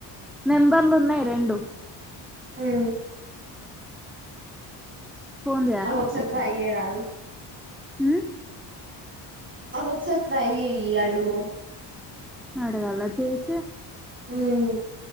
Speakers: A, in the centre; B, on the right (about 25°).
A: నెంబర్లు ఉన్నాయి రెండు
B: ఉమ్
A: ఫోన్
B: అ ఒకసారి ట్రై చేయరాదు
A: ఉ
B: అవి ఒకసారి ట్రై చేయి అడుగు
A: అడగాల చేసి
B: ఉమ్